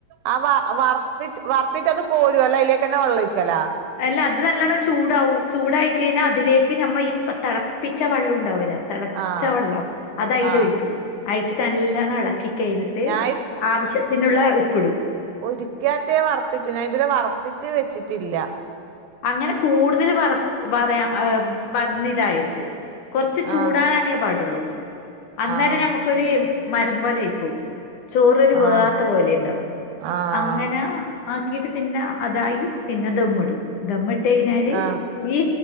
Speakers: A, on the right; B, on the left.
A: ആ വ വറുത്തിട്ട് വറുത്തിട്ട് അത് കോരുവോ അല്ലാ അയിലേക്കന്നെ വെള്ളം ഒഴിക്കലാ
B: അല്ല അത് നല്ലവണ്ണം ചൂടാവും ചൂടായി കഴിഞ്ഞാൽ അതിലേക്ക് നമ്മള് ഈ തിളപ്പിച്ച വെള്ളം ഉണ്ടാവുല്ലേ തിളച്ച
A: ആഹ്
B: വെള്ളം അത് അയില്
A: ആഹ്
B: ഒഴിക്കും ഒഴിച്ചിട്ട് നല്ലവണ്ണം ഇളക്കി കഴിഞ്ഞിട്ട്
A: ഞാൻ
B: ആവശ്യത്തിനുള്ള ഉപ്പിടും
A: ഒരിക്കാത്ത വറുത്തിട്ട് ഞാൻ ഇതുവരെ വറുത്തിട്ട് വെച്ചിട്ടില്ല
B: അങ്ങനെ കൂടുതല് വറ വറയാൻ വറന്നു ഇതാകരുത് കൊറച്ച് ചൂടാകാനേ
A: ആഹ്
B: പാടുള്ളൂ അന്നേരം
A: ആഹ്
B: നമ്മക്കൊരു മരം പോലെ ആയി പോവും ചോറൊരു വേവാത്ത
A: ആഹ്
B: പോലെണ്ടാവു
A: ആഹ്
B: അങ്ങനെ ആക്കിട്ട് പിന്നെ അതായി പിന്നെ ദമ്മിടും ദമ്മിട്ട് കഴിഞ്ഞാല്
A: ആഹ്
B: ഈ